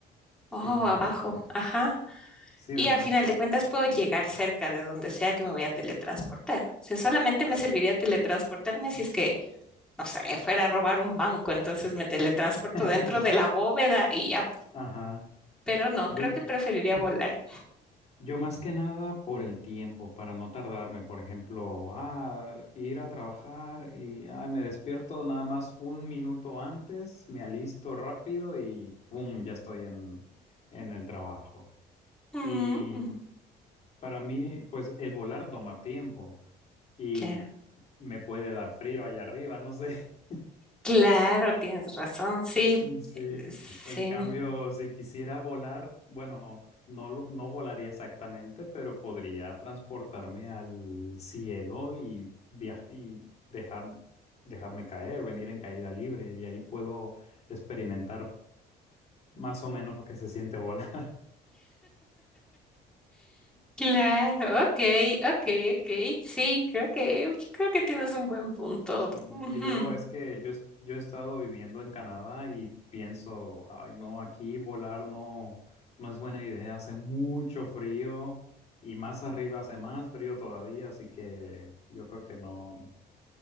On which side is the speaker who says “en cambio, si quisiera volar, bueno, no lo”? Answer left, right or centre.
Left